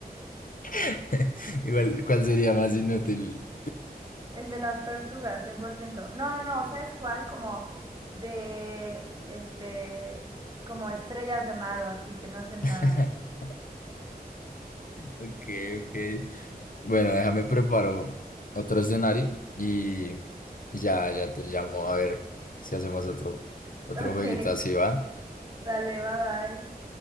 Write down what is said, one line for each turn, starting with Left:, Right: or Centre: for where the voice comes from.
Left: <laughs> Igual, ¿cuál sería más inútil?
Right: El de las tortugas, 100%. No, no, no, ¿sabes cuál? Como de, este, como estrellas de mar o así, que no hacen
Left: <laughs>
Right: nada. <laughs>
Left: Ok, ok. Bueno, déjame preparo otro escenario y ya, ya te llamo a ver si hacemos otro, otro
Right: Ok,
Left: jueguito así, ¿va?
Right: dale, bye bye.